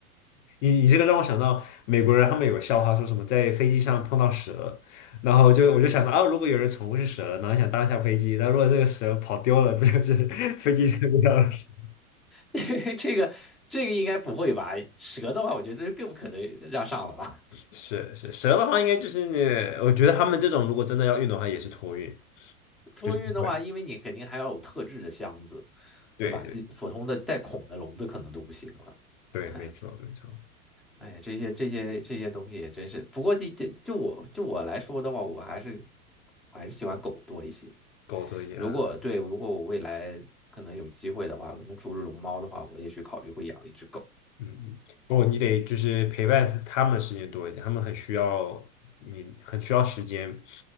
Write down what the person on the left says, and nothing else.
你你这个让我想到美国人，他们有个笑话，说什么在飞机上碰到蛇，然后就我就想到啊，如果有人宠物是蛇，然后想搭一下飞机，那如果这个蛇跑丢了，不就是 <laughs> 飞机上不掉了？<laughs>
是是，蛇的话应该就是那，我觉得他们这种如果真的要运的话，也是托运，
就是不会。
对对
对，
没错没错，
狗多一样。
嗯嗯，哦，你得就是陪伴他们的时间多一点，他们很需要你，很需要时间